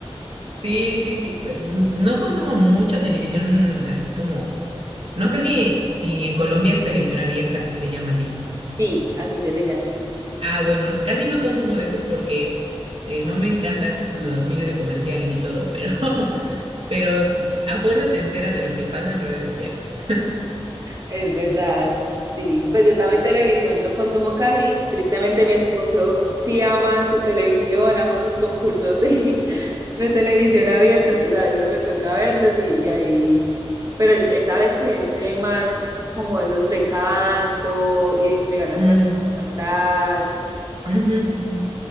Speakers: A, on the right; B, on the right.
A: Sí, sí, sí. pero n- no consumo mucho televisión así como. No sé si, si en Colombia es televisión abierta, se le llama así.
B: Sí, así se le llama.
A: Ah, bueno, n- casi no consumo de eso porque eh, no me encanta así los miles de comerciales y todo, pero, <laughs> pero sí, a fuerza te enteras de lo que pasa en redes sociales.
B: Es verdad, sí, pues yo también televisión no consumo casi, tristemente mi esposo sí ama su televisión, ama sus concursos de, <laughs> de televisión abierta, entonces a veces me toca verlos y, y ahí, pero él, él sabes que él se ve más como esos de canto y de que se ganan
A: Mm,
B: plata por cantar,
A: ujú, ujú.